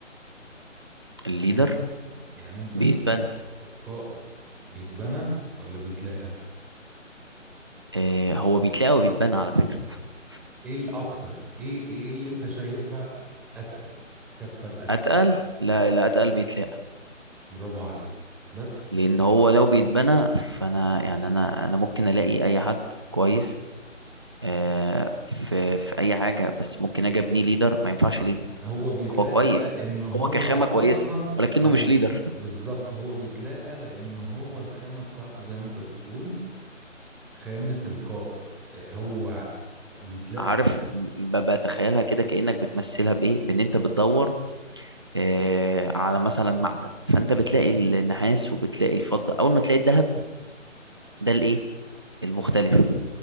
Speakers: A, on the right; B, in the centre.
A: الليدر
B: يعني انت يعني انت
A: بيتبنى
B: القائد بيتبنى ولا بيتلاقى
A: آه هو بيتلاقى وبيتبنى على فكرة <laughs>
B: ايه الاكتر ايه ايه اللي انت شايفها اتقل كفة الاتقل
A: اتقل لا اللي اتقل بيتلاقى
B: برافو عليك بس
A: لان هو لو بيتبنى فانا يعني انا انا ممكن الاقي اي حد كويس آه في في اي حاجة بس ممكن اجي ابنيه ليدر ما ينفعش ليدر
B: هو بيتلاقى
A: هو كويس
B: لان هو
A: هو كخامة
B: اصلا
A: كويسة ولكنه
B: ايوه
A: مش ليدر
B: بالظبط هو بيتلاقى لان هو الخامة بتاعته زي ما انت بتقول خامة القائد هو بيتلاقى
A: عارف
B: في
A: ب- بتخيلها كده كأنك بتمثلها بإيه؟ بإن أنت بتدور آه على مثلا معدن فأنت بتلاقي النحاس وبتلاقي الفضة أول ما تلاقي الذهب ده الإيه؟ المختلف